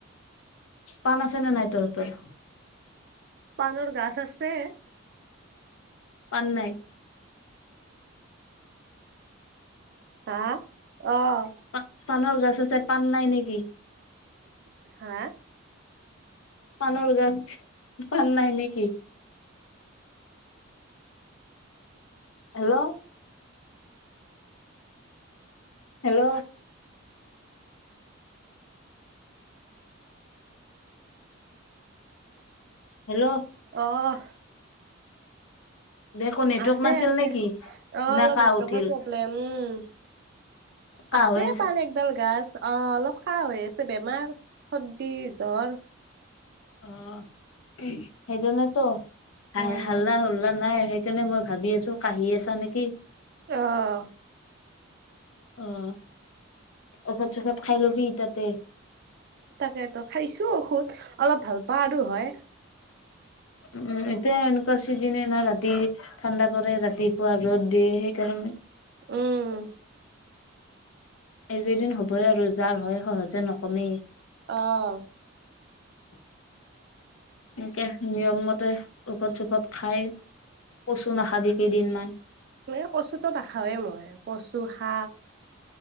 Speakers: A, on the left (about 85°); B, on the right (about 55°).
A: পাণ আছে নে নাই, তহঁতৰ?
B: পাণৰ গাছ আছে।
A: পাণ নাই।
B: হা, অ'
A: পা পাণৰ গছ আছে পাণ নাই নেকি?
B: হা,
A: পাণৰ গছ, <unintelligible> পাণ নাই নেকি? হেল্ল'। হেল্ল'। হেল্ল'।
B: অহ'
A: দে একো নেটৱৰ্ক
B: আছে
A: নাছিল
B: আছে
A: নেকি
B: অ'
A: না
B: অলপ
A: কাহ
B: নেটৱৰ্কৰ
A: উঠিল
B: প্ৰব্লেম। উম,
A: কাহ
B: আছে।
A: হৈ
B: <unintelligible> কোডাল <unintelligible> গছ 'অ অলপ খাহ হৈ আছে, বেমাৰ চৰ্দি জ্বৰ।
A: অ' সেইকাৰণেতো হাই
B: উম,
A: হাল্লা হুল্লা নাই। সেইকাৰণে মই ভাবি আছো কাহি আছা নেকি।
B: অঁ'।
A: অ' ঔষধ চৌষত খাই লবি তাতে।
B: তাকেতো খাইছো ঔষধ অলপ ভাল পাওঁ আৰু হয়।
A: উম, এতিয়া এনেকুৱা চিজনে না ৰাতি। ঠাণ্ডা পৰে ৰাতিপুৱা ৰ'দ দিয়ে, সেইকাৰণে।
B: উম,
A: এইকেইদিন হ'বই আৰু যাৰ হয় সহজে নকমেই।
B: অ'।
A: <inaudible> একে নিয়মমতে ঔষধ চোষত খাই কচু নাখাবি কেইদিনমান।
B: এই কচুটো নেখাওঁৱেই মই কচু শাক,